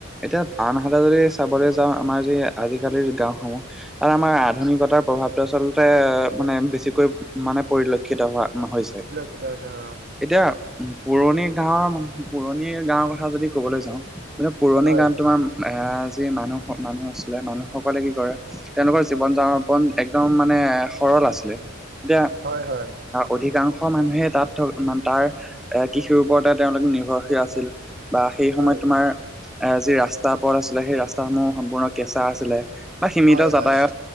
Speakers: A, in the centre; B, on the right.
A: এতিয়া আনহাতে যদি চাবলৈ যাওঁ আমাৰ যি আজিকালিৰ গাঁওসমূহ তাত আমাৰ আধুনিকতাৰ প্ৰভাৱটো আচলতে মানে বেছিকৈ মানে পৰিলক্ষিত শিক্ষিত হোৱা মন হৈছে।
B: এতিয়া যে অ।
A: এতিয়া উম পুৰণি গাঁৱৰ -পুৰণি গাঁৱৰ কথা যদি কবলে যাওঁ মানে পুৰণি
B: হয়,
A: গান তোমাৰ এ যি মানুহ -মানুহ আছিলে মানুহসকলে কি কৰে তেওঁলোকৰ জীৱন যামপন একদম মানে সৰল আছিলে। এতিয়া
B: হয়, হয়,
A: অধিকাংশ কাংশ মানুহে তাত থ, মান তাৰ এ কৃষিৰ ওপৰতে তেওঁলোক নিৰ্ভৰশীল আছিল। বা সেই
B: উম,
A: সময়ত তোমাৰ এ যি ৰাস্তা পথ আছিলে সেই ৰাস্তাসমূহ সম্পূৰ্ণ কেঁচা আছিলে। বা সীমিত
B: হয়,
A: যাতায়ত
B: হয়,